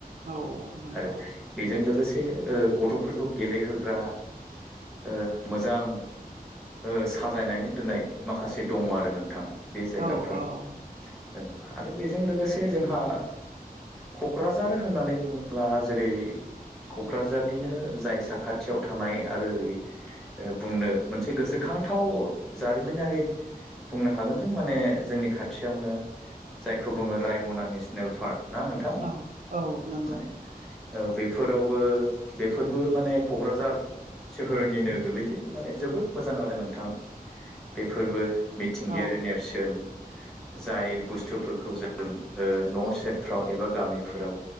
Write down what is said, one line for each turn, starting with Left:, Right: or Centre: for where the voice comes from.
Right: औ नंगौ
Centre: आरो बेजों लोगोसे गथ'फोरखौ गेलेहोग्रा ओ मोजां साजायनानै दोननाय माखासे दङ आरो नोंथां। बे जायगाफोराव
Right: औ औ
Centre: औ आरो बेजों लोगोसे बे जोंहा क'क्राझार होननानै बुङोब्ला जेरै। क'क्राझारनिनो जाय साखाथियाव थानाय आरो ओरै बुंनो मोनसे गोसोखांथाव जारिमिनारि बुंनो हागोन जों माने जोंनि खाथियावनो जायखौ बुङो रायमना नेसनेल पार्क। ना नोंथां
Right: औ औ नंगौ
Centre: माने औ बेफोरावबो बेफोरबो माने क'क्राझार सोहोरनिनो गोल्लैयो माने। जोबोद मोजां आरो नोंथां बेफोरबो मिथिंगायारि
Right: औ
Centre: नेरसोन जाय बुस्थुफोरखौ जों न' सेरफ्राव एबा गामिफोराव